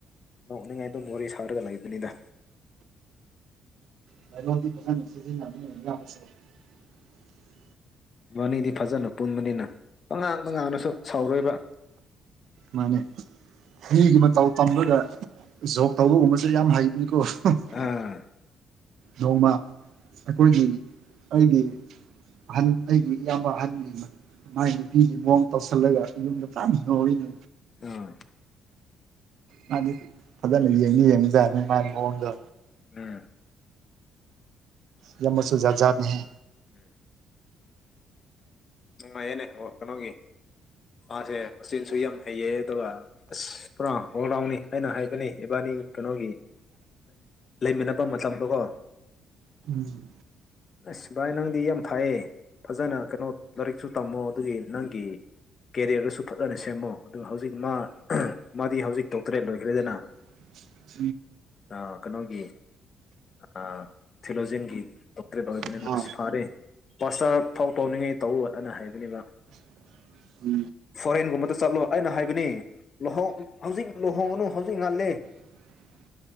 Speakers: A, on the left; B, on the right.
A: ꯅꯣꯛꯅꯤꯡꯉꯥꯏ ꯑꯗꯨꯝ ꯃꯣꯔꯦ ꯁꯥꯔꯒ ꯂꯩꯕꯅꯤꯗ
B: ꯀ
A: ꯃꯕꯅꯤꯗꯤ ꯐꯖꯅ ꯄꯨꯟꯕꯅꯤꯅ ꯄꯉꯥꯡꯇ ꯉꯥꯡꯂꯁꯨ ꯁꯥꯎꯔꯣꯏꯕ
B: ꯃꯥꯅꯦ ꯃꯤꯒꯤ ꯃꯇꯧ ꯇꯝꯕꯗ ꯖꯣꯒ ꯇꯧꯕꯒꯨꯝꯕꯁꯨ ꯌꯥꯝ ꯍꯩꯕꯅꯤꯀꯣ <unintelligible>
A: ꯑꯥ
B: ꯅꯣꯡꯃ ꯑꯩꯈꯣꯏꯒꯤ ꯑꯩꯒꯤ ꯑꯍꯟ ꯑꯩꯒꯤ ꯏꯌꯥꯝꯕ ꯑꯍꯟꯒꯤ ꯃ ꯃꯥꯏ ꯅꯨꯄꯤꯒꯤ ꯃꯑꯣꯡ ꯇꯧꯁꯤꯜꯂꯒ ꯃꯤꯅ ꯐꯖꯟ ꯅꯣꯛꯢꯅꯦ
A: ꯑꯥ
B: ꯃꯥꯗꯤ ꯐꯖꯅ ꯌꯦꯡꯗꯤ ꯌꯦꯡꯕꯖꯥꯠꯅꯤ ꯃꯥꯒꯤ ꯃꯑꯣꯡꯗꯣ
A: ꯎꯝ
B: ꯏꯌꯥꯝꯕꯁꯨ ꯖꯥꯠꯖꯥꯠꯅꯦꯍꯦ
A: ꯎꯝ ꯅꯨꯡꯉꯥꯏꯌꯦꯅꯦ ꯍꯣ ꯀꯩꯅꯣꯒꯤ ꯃꯥꯁꯦ ꯃꯆꯤꯟꯁꯨ ꯌꯥꯝ ꯍꯩꯌꯦ ꯑꯗꯨꯒ ꯑꯁ ꯄꯨꯔꯥ ꯑꯣꯜ ꯔꯥꯎꯟꯅꯤ ꯑꯩꯅ ꯍꯥꯏꯕꯅꯦ ꯏꯕꯥꯅꯤ ꯀꯩꯅꯣꯒꯤ ꯂꯩꯃꯤꯟꯅꯕ ꯃꯇꯝꯗꯣꯀꯣ
B: ꯎꯝ
A: ꯑꯁ ꯚꯥꯏ ꯅꯪꯗꯤ ꯌꯥꯝ ꯐꯥꯏꯌꯦ ꯐꯖꯅ ꯀꯩꯅꯣ ꯂꯥꯏꯔꯤꯛꯁꯨ ꯇꯝꯃꯣ ꯑꯗꯨꯒꯤ ꯅꯪꯒꯤ ꯀꯦꯔꯤꯌꯔꯗꯁꯨ ꯐꯖꯅ ꯁꯦꯝꯃꯣ ꯑꯗꯨꯒ ꯍꯧꯖꯤꯛ ꯃꯥ ꯃꯥꯗꯤ ꯍꯧꯖꯤꯛ ꯗꯣꯛꯇꯔꯦꯠ ꯂꯣꯏꯈ꯭ꯔꯦꯗꯅ
B: <inaudible>
A: ꯑꯥ ꯀꯩꯅꯣꯒꯤ ꯑꯥ ꯊꯤꯂꯣꯖꯤꯟꯒꯤ ꯗꯣꯛꯇꯔꯦꯠ ꯑꯣꯏꯕꯅꯤꯅ
B: ꯍꯣꯏ
A: ꯑꯁ ꯐꯥꯔꯦ ꯄꯥꯁꯇꯔ ꯐꯥꯎ ꯇꯧꯅꯤꯡꯉꯩ ꯇꯧꯎ ꯑꯅ ꯍꯥꯏꯕꯅꯦꯕ
B: <unintelligible>
A: ꯐꯣꯔꯦꯟꯒꯨꯝꯕꯗ ꯆꯠꯂꯣ ꯑꯩꯅ ꯍꯥꯏꯕꯅꯤ ꯂꯨꯍꯣꯡ ꯍꯧꯖꯤꯛ ꯂꯨꯍꯣꯡꯒꯅꯨ ꯍꯧꯖꯤꯛ ꯉꯜꯂꯦ
B: <inaudible>